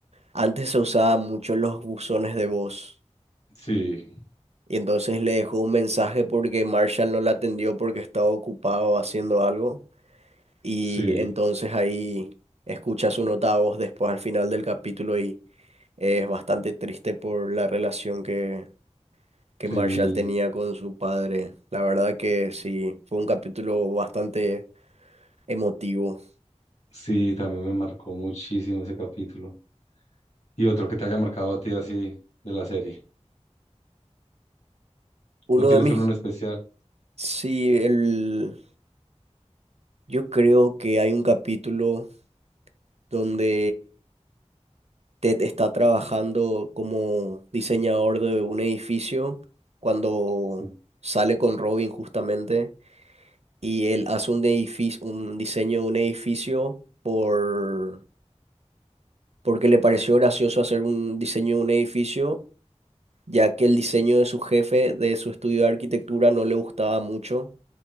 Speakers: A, on the right; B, on the left.
A: Antes se usaba mucho los buzones de voz,
B: Sí,
A: y entonces le dejó un mensaje porque Marshall no la atendió porque estaba ocupado haciendo algo, y
B: sí,
A: entonces ahí escucha su nota de voz después al final del capítulo y es bastante triste por la relación que, que
B: tení,
A: Marshall tenía con su padre. La verdad que sí, fue un capítulo bastante Emotivo.
B: sí, también me marcó muchísimo ese capítulo. Y otro que te haya marcado a ti así de la serie.
A: Uno
B: ¿No tienes
A: de mis...
B: uno en especial?
A: Sí, el... yo creo que hay un capítulo donde Ted está trabajando como diseñador de un edificio cuando
B: Sí,
A: sale con Robin justamente y él hace un edificio, un diseño de un edificio por... porque le pareció gracioso hacer un diseño de un edificio, ya que el diseño de su jefe de su estudio de arquitectura no le gustaba mucho